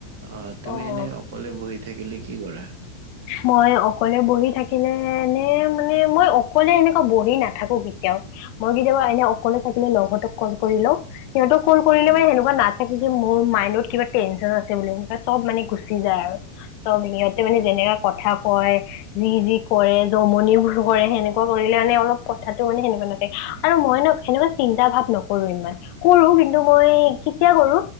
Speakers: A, on the right; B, on the left.
A: অ তুমি
B: অ
A: এনে অকলে বহি থাকিলে কি কৰা।
B: মই অকলে বহি থাকিলে নে মানে মই অকলে এনেকুৱা বহি নাথাকো কেতিয়াও। মই কেতিয়াবা এনে অকলে থাকিলে লগহতক কল কৰি লওঁ সিহঁতক কল কৰিলে
A: উম
B: মে সেনেকুৱা না থাকি যে মোৰ মাইণ্ডত কিবা টেনচন আছে বুলি সেনেকুৱা চব মানে গুচি যায়। আৰু চব সিহঁতে মানে
A: উম
B: যেনেকাে কথা কয়। যি যি কৰে জমনিবোৰ কৰে সেনেকুৱা কৰিলে মানে অলপ কথাাতটো মানে সেনেকুৱা নাথে। আৰু মই ন সেনেকুৱা চিন্তা ভাৱ নকৰো ইমান কৰো কিন্তু মই কেতিয়া কৰো।